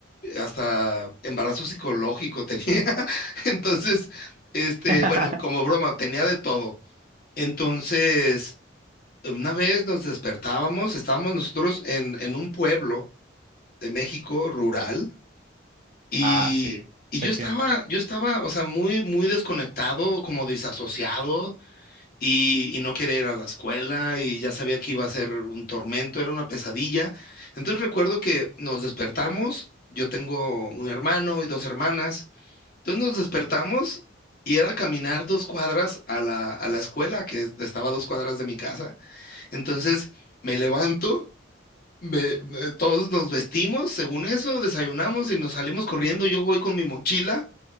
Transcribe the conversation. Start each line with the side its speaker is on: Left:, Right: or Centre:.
Left: hasta embarazo psicológico tenía. <laughs> Entonces, este,
Right: <laughs>
Left: bueno, como broma, tenía de todo. Entonces, una vez nos despertábamos, estábamos nosotros en, en un pueblo de México rural y,
Right: Ah, sí,
Left: y
Right: te
Left: yo
Right: entiendo.
Left: estaba, yo estaba, o sea, muy, muy desconectado, como desasociado y, y no quería ir a la escuela y ya sabía que iba a ser un tormento, era una pesadilla. Entonces recuerdo que nos despertamos, yo tengo un hermano y dos hermanas. Entonces nos despertamos y era caminar dos cuadras a la, a la escuela, que es- estaba a dos cuadras de mi casa. Entonces me levanto, me- me- todos nos vestimos, según eso, desayunamos y nos salimos corriendo. Yo voy con mi mochila